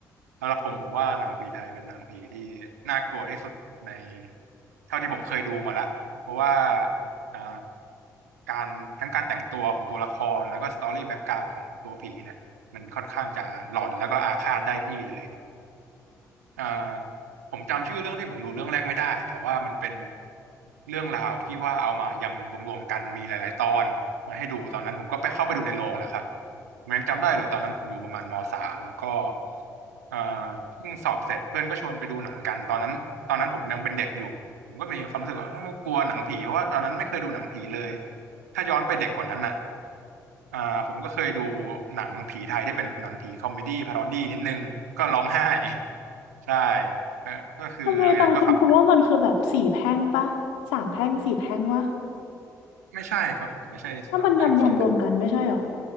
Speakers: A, on the right; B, on the left.
A: สำหรับผมผมว่าหนังผีไทยเป็นหนังผีที่น่ากลัวที่สุดในเท่าที่ผมเคยดูมาละเพราะว่าอ่าการทั้งการแต่งตัวของตัวละครแล้วก็สตอรี่แบ็กกราวด์ของตัวผีเนี่ยมันค่อนข้างจะหลอนแล้วก็อาฆาตได้ที่เลย อ่าผมจำชื่อเรื่องที่ผมดูเรื่องแรกไม่ได้แต่ว่ามันเป็นเรื่องราวที่ว่าเอามายำรวมๆกันมีหลายๆตอนมาให้ดูตอนนั้นผมก็ไปเข้าไปดูในโรงแหละครับผมยังจำได้เลยตอนนั้นผมอยู่ประมาณมสามแล้วก็อ่าเพิ่งสอบเสร็จเพื่อนก็ชวนไปดูหนังกันตอนนั้นตอนนั้นผมยังเป็นเด็กอยู่ผมก็มีความรู้สึกว่าเอ้ากลัวหนังผีเพราะว่าตอนนั้นไม่เคยดูหนังผีเลยถ้าย้อนไปเด็กกว่านั้นน่ะอ่าผมก็เคยดูหนังผีไทยที่เป็นแบบหนังผีคอมเมดี้พารอดี้นิดนึงก็ร้องไห้ ใช่นะก็คือหลังจากนั้นก็ฝัง
B: ทำไมตองคุณคุณว่ามันคือแบบสี่แพร่งปะสามแพร่งสี่แพร่งวะ
A: ไม่ใช่ครับผมไม่ใช่สารแพ่งสี่แผ่น
B: ถ้ามันยำยำรวมกันไม่ใช่หรอ